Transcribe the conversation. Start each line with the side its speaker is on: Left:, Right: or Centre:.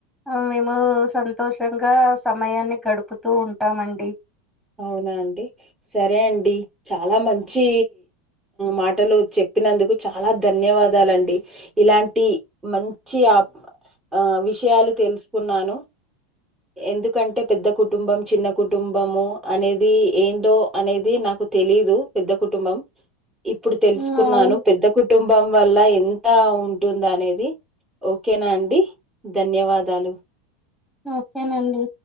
Centre: హ మేము సంతోషంగా సమయాన్ని గడుపుతూ ఉంటామండి
Right: అవునా అండి సరే అండి చాలా మంచి మాటలు చెప్పినందుకు చాలా ధన్యవాదాలండి ఇలాంటి మంచి ఆ ఆ విషయాలు తెలుసుకున్నాను ఎందుకంటే పెద్ద కుటుంబం చిన్న కుటుంబము అనేది ఏందో అనేది నాకు తెలీదు పెద్ద కుటుంబం ఇప్పుడు తెలుసుకున్నాను
Centre: ఉమ్, అవును
Right: పెద్ద కుటుంబం వల్ల ఎంత ఉంటుంది అనేది ఓకేనా అండి ధన్యవాదాలు
Centre: ఓకేనండి